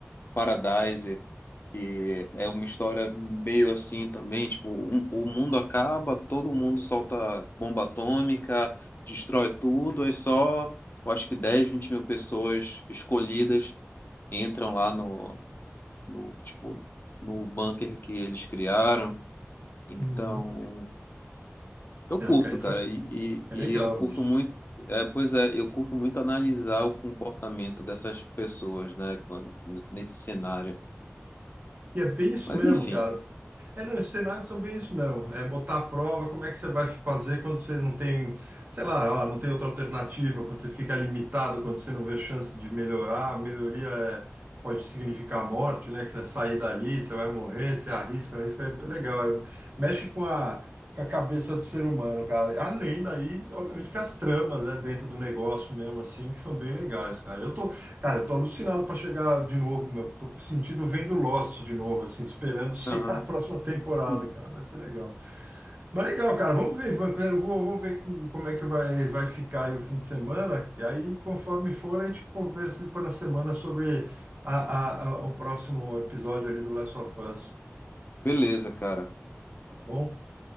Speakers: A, on the left; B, on the right.
A: Paradise que é uma história meio assim também, tipo, um- o mundo acaba, todo mundo solta bomba atômica, destrói tudo, é só, eu acho que 10 20 mil pessoas escolhidas entram lá no, no, tipo, no bunker que eles criaram. Então,
B: Uhum.
A: eu
B: Não,
A: curto,
B: cara, isso
A: cara,
B: é,
A: e,
B: é
A: e,
B: legal,
A: e eu curto
B: bicho.
A: muito, é, pois é, eu curto muito analisar o comportamento dessas pessoas, né, quando- nesse cenário.
B: E é bem isso
A: Mas
B: mesmo,
A: enfim.
B: cara. É, não, os cenários são bem isso mesmo. É botar à prova como é que você vai fazer quando você não tem, sei lá, ah, não tem outra alternativa, quando você fica limitado, quando você não vê chance de melhorar. A melhoria é- pode significar a morte, né? Que você sair dali, você vai morrer, você arrisca, arrisca. É legal. É- mexe com a, com a cabeça do ser humano, cara. Além daí, obviamente, que as tramas, né, dentro do negócio mesmo, assim, que são bem legais, cara. Eu tô, Cara, eu tô alucinado para chegar de novo, meu. Tô sentindo vendo Lost de novo, assim, esperando <laughs> chegar
A: Aham.
B: a próxima temporada,
A: Hum,
B: cara. Vai ser legal. Mas legal, cara. Vamos ver, Ivan. Eu vou, vou ver como é que vai, vai ficar aí o fim de semana. E aí, conforme for, a gente conversa para a semana sobre a, a- a- o próximo episódio ali do Last of Us.
A: Beleza, cara.
B: Bom?